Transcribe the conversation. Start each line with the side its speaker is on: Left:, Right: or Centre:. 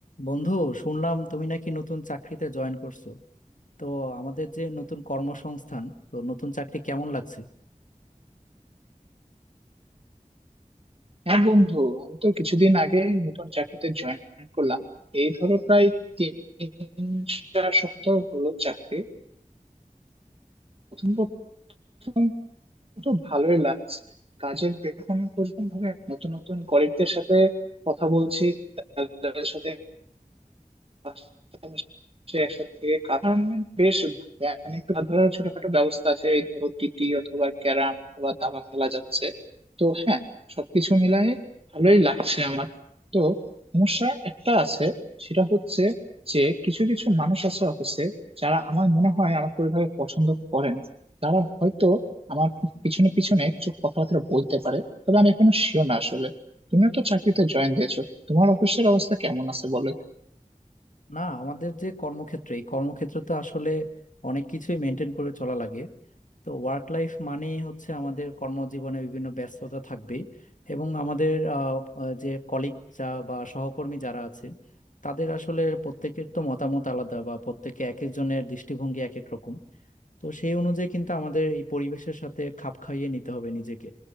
Left: বন্ধু শুনলাম তুমি নাকি নতুন চাকরিতে জয়েন করছো তো আমাদের যে নতুন কর্মসংস্থান তো নতুন চাকরি কেমন লাগছে
Right: হ্যাঁ বন্ধু আমি তো কিছুদিন আগে নতুন চাকরিতে জয়েন করলাম এই ধরো প্রায় তিন চার সপ্তাহ হলো চাকরি প্রথম প্রথম তো ভালোই লাগছে কাজের এখন পর্যন্ত ভাবে নতুন নতুন কলিগদের সাথে কথা বলছি তাদের সাথে পাশাপাশি একসাথে থেকে কাজ করার মানে বেশ মানে একটু ধরো ছোটখাটো ব্যবস্থা আছে এই ধরো টিটি অথবা ক্যারাম অথবা দাবা খেলা যাচ্ছে তো হ্যাঁ সবকিছু মিলায়ে ভালোই লাগছে আমার তো সমস্যা একটা আছে সেটা হচ্ছে যে কিছু কিছু মানুষ আছে অফিসে যারা আমার মনে হয় আমাকে ওইভাবে পছন্দ করে না তারা হয়তো আমার পিছনে পিছনে কিছু কথাবার্তা বলতে পারে তবে আমি এখনো শিওর না আসলে তুমিও তো চাকরিতে জয়েন দিয়েছো তোমার অফিসের অবস্থা কেমন আছে বলো
Left: না আমাদের যে কর্মক্ষেত্র এই কর্মক্ষেত্র তো আসলে অনেক কিছুই মেনটেন করে চলা লাগে তো ওয়ার্ক লাইফ মানেই হচ্ছে আমাদের কর্মজীবনে বিভিন্ন ব্যস্ততা থাকবে এবং আমাদের আহ, আহ, যে কলিগ যা বা সহকর্মী যারা আছে তাদের আসলে প্রত্যেকের তো মতামত আলাদা বা প্রত্যেকে এক একজনের দৃষ্টিভঙ্গি এক এক রকম তো সেই অনুযায়ী কিন্তু আমাদের এই পরিবেশের সাথে খাপ খাইয়ে নিতে হবে নিজেকে